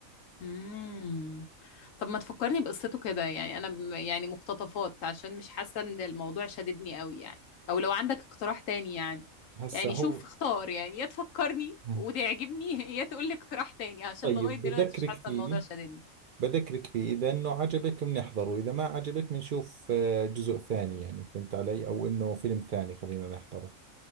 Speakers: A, on the left (about 75°); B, on the right (about 70°).
A: امم طب ما تفكرني بقصته كده يعني انا ب- يعني مقتطفات عشان مش حاسه ان الموضوع شددني قوي يعني او لو عندك اقتراح تاني يعني
B: هسا
A: يعني
B: هو
A: شوف اختار يعني يا تفكرني
B: مم.
A: وتعجبني <laughs> يا تقول لي اقتراح تاني عشان
B: طيب
A: لغايه دلوقتي
B: بذكرك
A: مش حاسه
B: فيه
A: الموضوع شددني
B: بذكرك فيه إذا إنه عجبك بنحضره إذا ما عجبك بنشوف آه، جزء ثاني يعني فهمت علي أو إنه فيلم ثاني خلينا نحضره